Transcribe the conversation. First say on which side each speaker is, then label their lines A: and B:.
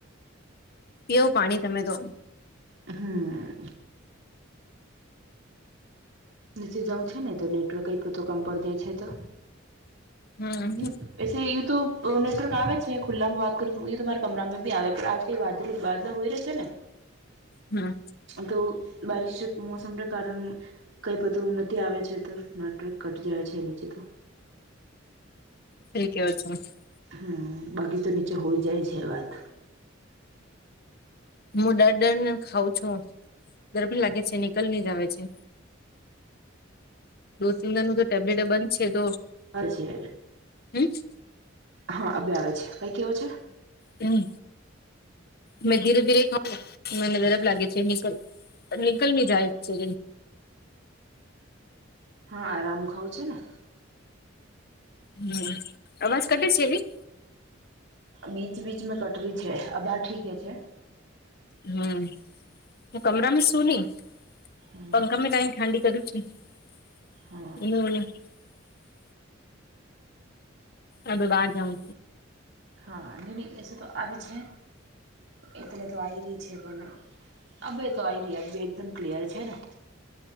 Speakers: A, on the left; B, on the right.
A: પીવું પાણી તમે ધોનું
B: હમ્મ નીચે જઉં છે ને તો નેટવર્ક એ તો કમ પડી જાય છે તો
A: હમ
B: હ એસે યુ તો નેટવર્ક આવે છે ખુલ્લામાં વાત કરું યુ તમારા કમરામાં ભી આવે આજ વા વાદલા હોય ર છે ને
A: હમ્મ.
B: તો બારિશ મોસમ ર કારણ કંઈ બધું નથી આવે છે, તો નટર્ક કટી જાય છે, નીચે તો
A: ઠક હ છે.
B: હમ બાકી તો નીચે હોઈ જાય છે, વાત
A: હું ડર ડર ને ખઉં છું ગરબી લાગે છે, નીકળ ની જ આવે છે. દો તિન દણ નું તો ટેબલેટ બન છે, તો
B: હ છે,
A: હમ
B: હા અ બે આવે છે, કઈ કેવો છે.
A: હમ મે ધીરે ધીરે ખાવ મને જરાબ લાગે છે, હ નીકલ ની જાય છે.
B: હા આરામ ખાવં છે, ને
A: હમ અમાસ કઢ છેલી
B: બીજ બીચ મે કટરી છે, આ બાર ઠીક છે.
A: હમ હું કમરામાં સુું નહી
B: હમ
A: પંખામાં ત ઠાંડી કર છે. <unintelligible>
B: હા
A: અ બાર જાઉ
B: હા ન એસ તો આવીત છે. એટલે તો આવી રહી છે, પણ અબે તો આવી રહી અબે એકદમ ક્લિયર છે, ને